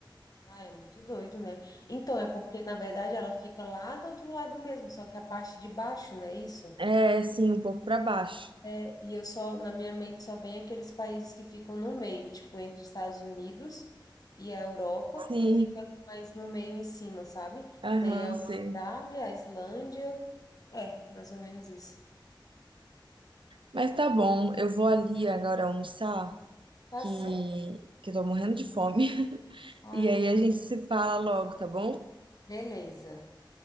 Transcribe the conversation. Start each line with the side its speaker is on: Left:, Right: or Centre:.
Left: Ah, é muito doido, né? Então, é porque, na verdade, ela fica lá do outro lado mesmo, só que a parte de baixo, não é isso?
Right: É, sim, um pouco para baixo.
Left: É, e eu só, na minha mente, só vem aqueles países que ficam no meio, tipo, entre Estados Unidos e a Europa,
Right: Sim,
Left: e fica mais no meio em cima, sabe?
Right: aham,
Left: Que daí é a Austrália,
Right: sei.
Left: a Islândia. É, mais ou menos isso.
Right: Mas tá bom, eu vou ali agora almoçar,
Left: Tá
Right: que,
Left: certo.
Right: que eu tô morrendo de fome. <laughs>
Left: Ah,
Right: E
Left: eu
Right: aí
Left: também.
Right: a gente se fala logo, tá bom?
Left: Beleza.